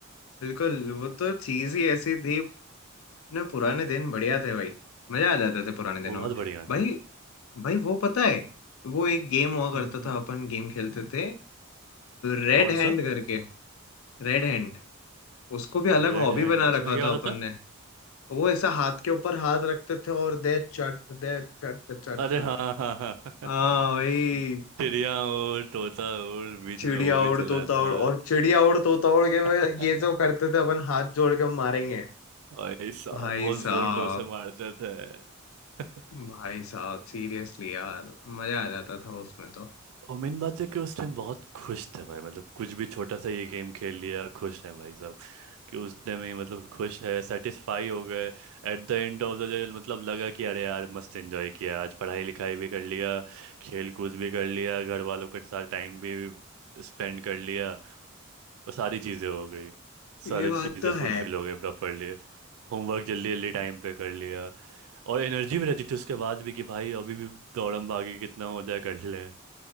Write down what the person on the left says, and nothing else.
बिल्कुल वो तो चीज ही ऐसी थी अपने पुराने दिन बढ़िया थे भाई मजा आ जाते थे पुराने दिनों
में
भाई
भाई वो पता है वो एक गेम हुआ करता
था अपन गेम खेलते थे रेड
हैंड
करके रेड हैंड उसको भी अलग
हॉबी
बना
रखा
था
अपन ने वो ऐसा हाथ के ऊपर हाथ रखते थे और दे चट दे चट चट
हाँ भाई
चिड़िया
उड़
तोता
उड़ और चिड़िया उड़ तोता उड़ के
वो- ये जो करते थे अपन हाथ जोड़ के मारेंगे
भाई
साहब
भाई साहब सीरियसली यार मजा आ जाता था उसमें तो
ये
बात
तो
है